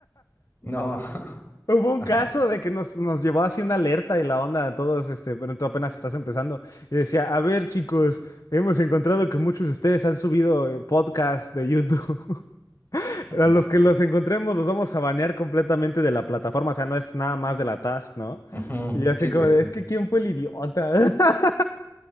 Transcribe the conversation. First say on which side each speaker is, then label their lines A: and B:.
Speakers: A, on the left (about 30°); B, on the left (about 50°).
A: no, <laughs>
B: Hubo un
A: ah,
B: caso
A: no,
B: de que nos, nos llevó así una alerta y la onda a todos, este, pero tú apenas estás empezando. Y decía, a ver, chicos, hemos encontrado que muchos de ustedes han subido eh, podcasts de YouTube. <laughs> A
A: no,
B: los que
A: pues,
B: los encontremos los vamos a banear completamente de la plataforma. O sea, no es nada más de la task, ¿no?
A: ujú,
B: Y así
A: Sí, pues
B: como de,
A: sí.
B: es que ¿quién fue el idiota? <laughs>